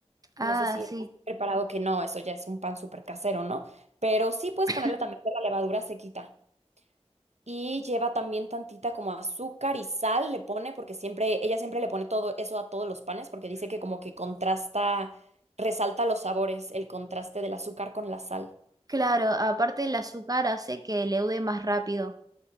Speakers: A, on the right (about 35°); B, on the right (about 80°).
A: Ah,
B: No sé si
A: sí.
B: has preparado que no, eso ya es un pan súper casero, ¿no? Pero sí puedes
A: <coughs>
B: ponerle también de la levadura sequita. Y lleva también tantita como azúcar y sal le pone, porque siempre, ella siempre le pone todo eso a todos los panes, porque dice que como que contrasta, resalta los sabores, el contraste del azúcar con la sal.
A: Claro, aparte el azúcar hace que leude más rápido.